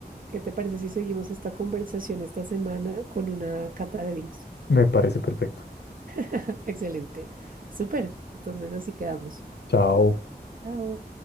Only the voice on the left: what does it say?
Me parece perfecto.
Chao.